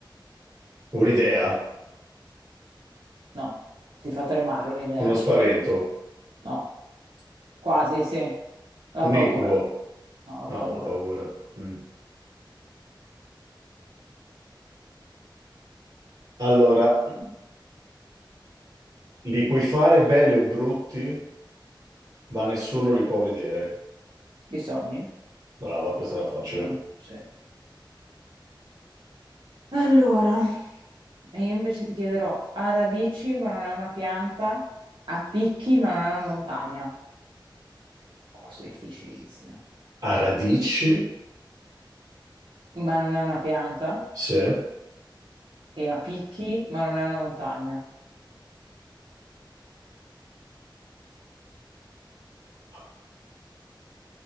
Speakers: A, on the right; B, on the right.
A: Un'idea,
B: No, ti fa tremare un'idea?
A: uno spavento,
B: No, quasi sì. La
A: un
B: paura.
A: incubo.
B: No, la
A: Ah,
B: paura.
A: la paura. Mm. Allora, li puoi fare belli o brutti, ma nessuno li può vedere.
B: I sogni?
A: Brava, questa era facile.
B: Mm, sì. Allora, e io invece ti chiederò, ha radici ma non è una pianta, ha picchi ma non è una montagna. Oh, questo è difficilissimo.
A: A radici,
B: Ma non è una pianta
A: sì. A,
B: e ha picchi ma non è una montagna.
A: a-